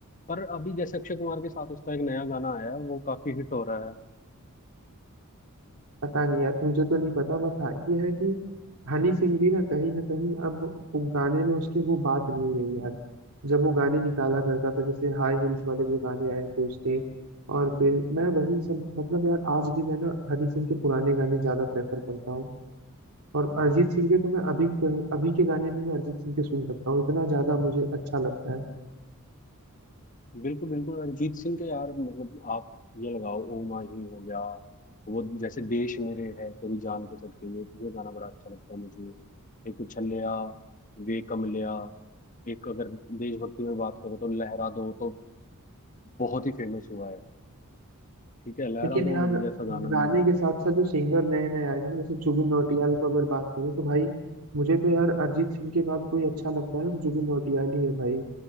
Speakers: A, on the left (about 35°); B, on the right (about 85°).
A: पर अभी जैसे अक्षय कुमार के साथ उसका एक नया गाना आया है वो काफी हिट हो रहा है
B: पता नहीं यार मुझे तो नहीं पता बट हाँ ये है कि हनी सिंह भी ना कहीं ना कहीं अब वो गाने में उसकी वो बात नहीं रही यार जब वो गाने निकाला करता था जैसे हाई हील्स वाले जो गाने आए थे उसके और फिर मैं वही सब मतलब यार आज भी मैं ना हनी सिंह के पुराने गाने ज्यादा प्रेफर करता हूँ और अरिजीत सिंह के तो मैं अभी भी अभी के गाने भी मैं अरिजीत सिंह के सुन सकता हूँ इतना ज्यादा मुझे अच्छा लगता है
A: बिल्कुल बिल्कुल अरिजीत सिंह के यार मतलब आप ये लगाओ ओ माही हो गया वो जैसे देश मेरे है तेरी जान के सदके ये ये गाना बड़ा अच्छा लगता है मुझे एक उछलिया वे कमलिया एक अगर देशभक्ति में बात करो तो लहरा दो तो बहुत ही फेमस हुआ है ठीक है लहरा
B: लेकिन यार
A: दो जैसा गाना नहीं
B: गाने
A: है
B: के साथ साथ जो सिंगर नए नए आए हैं ना जैसे जुबिन नौटियाल को अगर बात करें तो भाई मुझे तो यार अरिजीत सिंह के बाद कोई अच्छा लगता है तो जुबिन नौटियाल ही है भाई